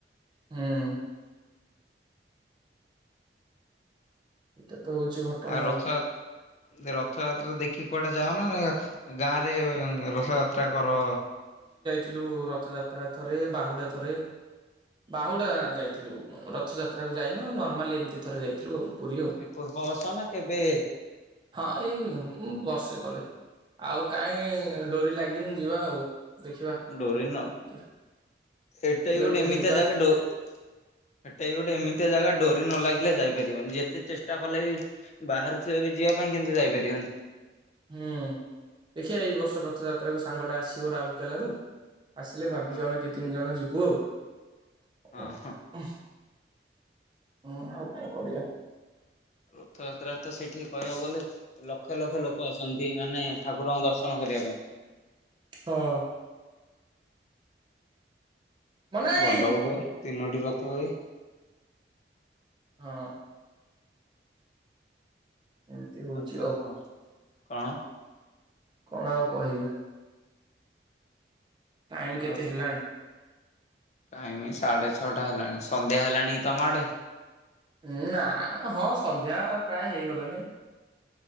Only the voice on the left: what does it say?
ଆଉ ରଥାଯାତ ରଥଯାତ୍ରା ଦେଖିକି କୁଆଡେ ଯାଉନା ଗାଁରେ ର ରଥ ଯାତ୍ରା କର
ଏ ପୂର୍ବବର୍ଷ ନା କେବେ?
ଡୋରି ନ
ଏଟା
ଗୋଟେ ଏମିତିଆ
ଯାକଡ ସେଟା ଗୋଟେ ଏମିତି ଜାଗା ଡରି ନ ଲାଗିଲେ ଯାଇପାରିବନି ଯେତେ ଚେଷ୍ଟା କଲେ ବି ବାହାରୁଥିଆ ବି ଯିଆ ପାଇଁ କିନ୍ତୁ ଯାଇପାରିବନି।
ହଁ
ହଁ।
ହଁ
ହଁ।
ରଥଯାତ୍ରାରେ ତ ସେଇଠିକି କହିଆକୁ ଗଲେ ଲକ୍ଷ ଲକ୍ଷ ଲୋକ ଆସନ୍ତି ମାନେ ଠାକୁରଙ୍କ ଦର୍ଶନ କରିଆ ପାଇଁ।
ବଡ ବଡ ତିନୋଟି ରଥ ହୁଏ।
ଆଉ କୁଅ କଣ କଣ?
ଆଉ
କଁ ଟାଇମି ସାଢ଼େ ଛଅଟା ହେଲାଣି ସନ୍ଧ୍ୟା ହେଲାଣି ତମ ଆଡ଼େ?